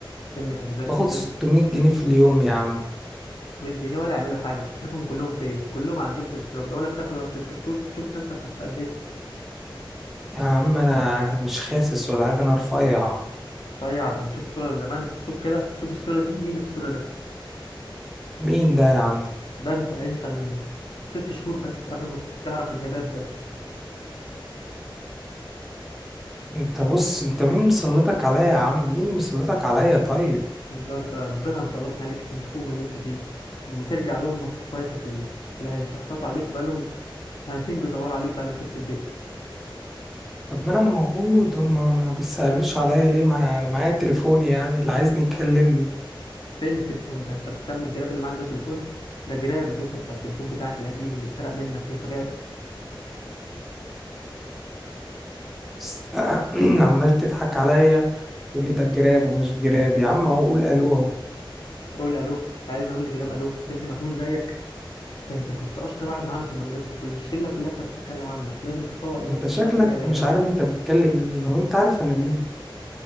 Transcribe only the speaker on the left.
تلم كنزات
تلم
300 جنيه ولا يعملوا حاجه بتصرفهم كلهم في ايه كلهم على الزفت اللي بتشرب ده ولا بتاكل ولا بتشرب شوف شوف نفسك خسيت قد ايه
رفيع ده انت شوف صورك زمان شوف كده شوف الصوره دي مين اللي في الصوره ده
ده انت انت من ست شهور بس قبل ما تعرف الهباب ده
ومزازك كده ربنا مسلطني عليك عشان تفوق من اللي انت فيه وترجع لامك واخواتك اللي, اللي هيتشحططوا عليك وبقالهم سنتين بيدوروا عليك بعد ما سبت البيت
فين التليفون ده انت بتسمي الجراب اللي معاك ده تليفون ده جراب يا باشا بتاع التليفون بتاعك القديم اللي اتسرق منك وانت بعته
اقول الو عايزني اقول لجلاب الو شايفني مجنون زيك ده انت كنت اشطر واحد معانا في المدرسه كل الشله كلها كانت بتتكلم عنك لازم تفوق لنفسك
كده وترجع زي
زمان